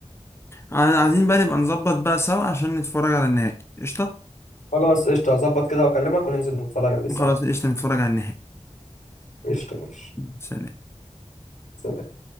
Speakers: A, on the left (about 20°); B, on the left (about 80°).
A: ع- عايزين بقى نبقى نظبط بقى سوا عشان نتفرج على النهائي قشطة
B: خلاص قشطه هظبط كده واكلمك وننزل نتفرج عليه سوا
A: خلاص قشطة نتفرج على النهائي
B: قشطه ماشي
A: سلام
B: سلام